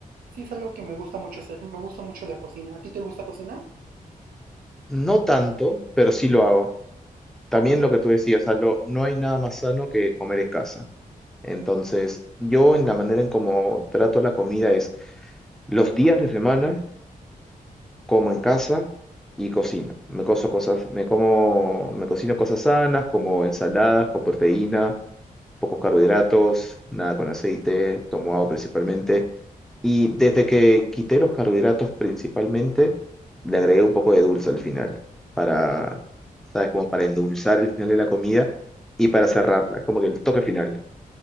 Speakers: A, on the right; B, in the centre.
A: sí es algo que me gusta mucho hacer. Me gusta mucho la cocina. ¿A ti te gusta cocinar?
B: No tanto, pero sí lo hago. También
A: Ok.
B: lo que tú decías, Aldo, no hay nada más sano que comer en casa. Entonces, yo en la manera en cómo trato la comida es los días de semana como en casa y cocino. Me coso cosas, me como, me cocino cosas sanas, como ensaladas con proteína, pocos carbohidratos, nada con aceite, tomo agua principalmente. Y desde que quité los carbohidratos principalmente, le agregué un poco de dulce al final, para, ¿sabes? Como para endulzar el final de la comida y para cerrarla, como que el toque final.